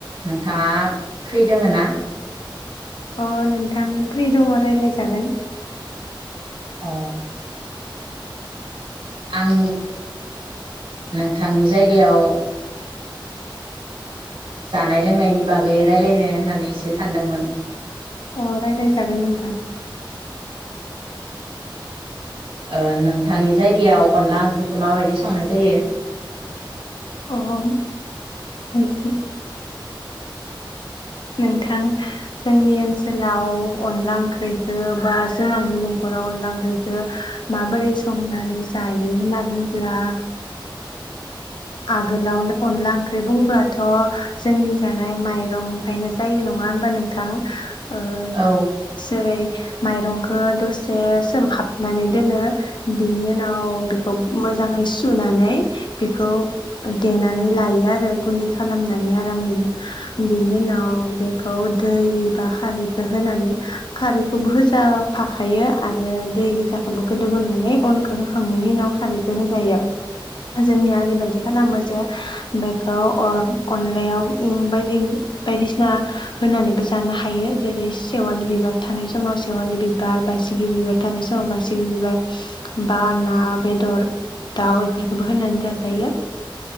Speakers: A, on the right; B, on the left.
A: नोंथाङा फ्रि दोङ ना।
B: अ नोंथां फ्रि दङ राय्लाय जागोन।
A: अ। आं नोंथांनि जायगायाव जानाय लोंनायनि बागै रायलायनो होननानै एसे सानदोंमोन
B: अ रायज्लाय जागोन नोंथा।
A: ओ नोंथांनि जायगायाव अनला ओंख्रिखौ माबायदि संनाय जायो।
B: अ अ। <unintelligible> नोंथां जोंनि ओनसोलाव अनला ओंख्रिखौ बा जोंहानि न'खराव अनला ओंख्रिखौ माबोरै संनानै जायो होनना बुङोब्ला आगोलावनो अनला ओंख्रि बुंब्लाथ' जोंनि जानाय माइरं ओमफ्रायनो जायो नङा होमबा नोंथां ओ
A: औ
B: जेरै माइरं दसे सोमहाब नानै दोनो। बिनि उनाव बेखौ मोजाङै सुनानै बेखौ देनानै लायो आरो गुन्दै खालामनानै आरामनो बेनि उनाव बेखौ दै बा खारैखौ होनानै खारैखौबो होजाफाखायो आरो दै गोजाखौबो गोदौ होनोनानै अनखौ होखांनायनि उनाव खारैखौ होजायो जोंनिया ओरैबायदि खालामो जे बेखौ अनलायाव बायदि बायदिसिना होनानैबो जानो हायो जेरै सेवालि बिबार थानाय समाव सेवालि बिबार बारसिगि बिबार थानाय समाव बारसिगि बिबार बा ना बेदर दाउ बेफोरखौबो होनानै जाजायो